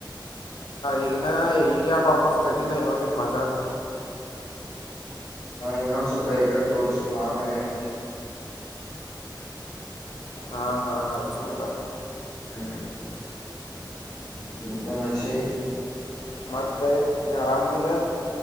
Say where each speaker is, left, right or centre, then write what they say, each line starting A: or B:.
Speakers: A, on the left; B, on the left.
A: ಈಗನಾ ಈಗ ಯಾಕ ವಾಪಸ್ ತದಿಲ್ಲ ಇನ್ನೊಂದಿಟ್ಟ ಮಾತಾಡ
B: ಇನ್ನೊಂದು ಸ್ವಪ ಈಕಡೆ ತೋರ್ರಿಸು ಆಮೇಲೆ. <inaudible>
A: ಹಾ ಹಾ ಹಾ ಅಚುಂದ.
B: ಹ್ಮ್. <unintelligible>
A: ಮತ್ತೆ ನೀ ಆರಾಮದಿಲ್ಲ.